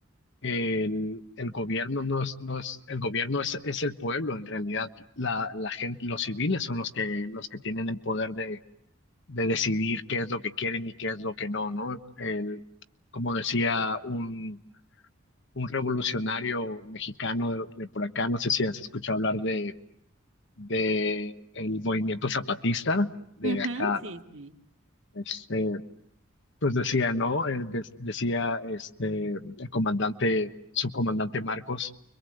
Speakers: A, on the left; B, on the right.
A: el, el gobierno no es, no es, el gobierno es, es el pueblo, en realidad la, la gente, los civiles son los que, los que tienen el poder de, de decidir qué es lo que quieren y qué es lo que no, ¿no? El, como decía un, un revolucionario mexicano de, de por acá, no sé si has escuchado hablar de de el movimiento zapatista de
B: Ujú,
A: acá,
B: Sí, sí.
A: este, pues decía, ¿no? Eh, de- decía este, el comandante, subcomandante Marcos,